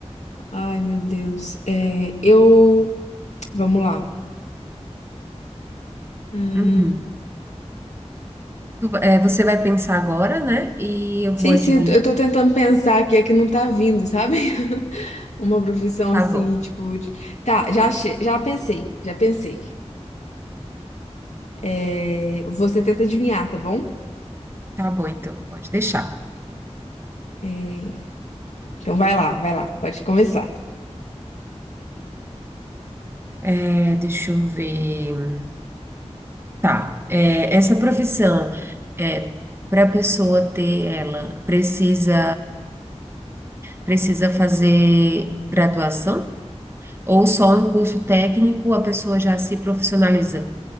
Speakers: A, on the left (about 85°); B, on the right (about 20°).
A: Ai, meu Deus. É, eu. Vamos lá. Hum,
B: Uhum. Tu- é, você vai pensar agora, né? E eu vou
A: Sim,
B: adivinhar.
A: sim, eu tô eu tô tentando pensar aqui, é que não tá vindo, sabe? <laughs> Uma profissão
B: Tá
A: assim,
B: bom.
A: tipo. de- Tá, já, achei- já pensei, já pensei. É, Você tenta adivinhar, tá bom?
B: Tá bom, então, pode deixar.
A: É, Então vai lá, vai lá, pode começar.
B: É, deixa eu ver. Tá, é, essa profissão, é, para a pessoa ter ela, precisa, precisa fazer graduação? Ou só um curso técnico a pessoa já se profissionaliza?